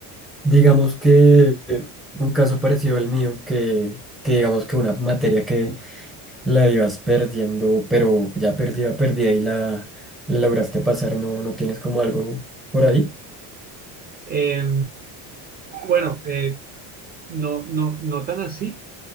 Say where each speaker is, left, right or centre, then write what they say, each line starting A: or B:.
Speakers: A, in the centre; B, on the right.
A: Digamos que eh, un caso parecido al mío, que, que digamos que una materia que la ibas perdiendo, pero ya perdida, perdida y la, la lograste pasar, no, no tienes como algo por ahí.
B: Eh, Bueno, eh, no, no, no tan así,